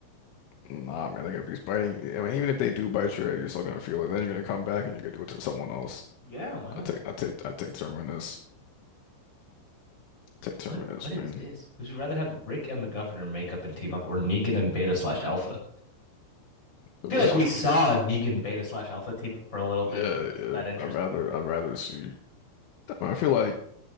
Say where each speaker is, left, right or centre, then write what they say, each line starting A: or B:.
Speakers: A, on the left; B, on the left.
A: Nah, man, they're gonna be biting. I mean, even if they do bite your head, you're still gonna feel it. Then you're gonna come back and you're gonna do it to someone else.
B: Yeah, why not?
A: I take, I take, I take Terminus. I take Terminus,
B: What what is
A: man.
B: this? Would you rather have Rick and the governor make up and team up or Negan and Beta slash Alpha?
A: The
B: feel
A: wishes.
B: like we saw a Negan Beta slash Alpha team up for a little bit.
A: Yeah,
B: It wasn't
A: yeah.
B: that interesting.
A: I'd rather, I'd rather see. I feel like.